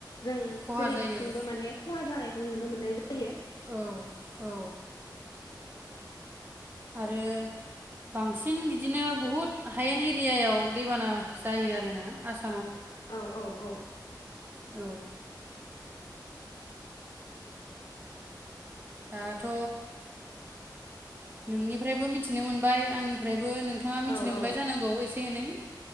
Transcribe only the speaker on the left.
जों
जेरैथिंबो
माने खहा जा खौ नुनो मोननाय जायो
औ औ औ
औ
औ